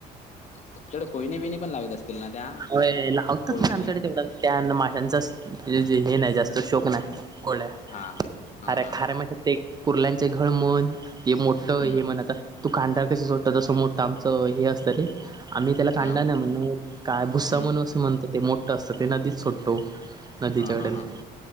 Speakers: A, on the left; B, on the right.
A: तुमच्याकडे खोईनी बिणी पण लागत असतील ना त्या,
B: होय लावतात
A: खोईनी
B: पण आमच्याकडे तेवढा त्या माश्यांचा हे नाही जास्त शोक नाही. कोळ्या
A: हा हा
B: अरे
A: हा हा
B: खारे माशांचे, ते कुर्ल्यांचे घळ म्हण ते मोठ
A: हम्म
B: हे म्हणत तू कांदा कशी सोडतं, तसं मोठं आमच हे असतं रे आम्ही त्याला कांडा
A: हा
B: नाही म्हणत, काय भुस्सा
A: हम्म
B: म्हणून असं म्हणत ते मोठं असतं, ते नदीत सोडतो. नदीच्या
A: हा हा
B: कडेला
A: हा,